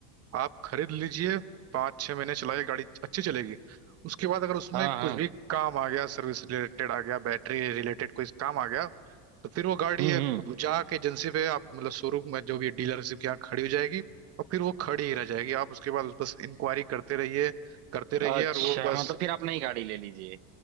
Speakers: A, on the right; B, on the right.
A: आप खरीद लीजिए पाँच छह महीने चलाइए गाड़ी अच्छी चलेगी उसके बाद अगर उसमें
B: हाँ
A: कुछ
B: हाँ
A: भी काम आ गया सर्विस रिलेटेड आ गया बैटरी रिलेटेड कोई काम आ गया तो फिर वो गाड़ी
B: हम्म
A: है
B: हम्म
A: जाके एजेंसी पे आप मतलब शोरूम में जो भी डीलरशिप के यहाँ खड़ी हो जाएगी और फिर वो खड़ी ही रह जाएगी आप उसके बाद उस बस इंक्वायरी करते रहिए करते रहिए
B: अच्छा
A: और वो बस
B: मतलब फिर आप नई गाड़ी ले लीजिए